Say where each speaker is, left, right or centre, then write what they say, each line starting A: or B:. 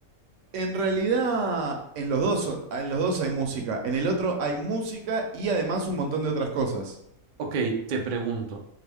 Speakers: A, on the right (about 65°); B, on the right (about 85°).
A: En realidad, en los dos, en los dos hay música. En el otro hay música y además un montón de otras cosas.
B: Ok, te pregunto,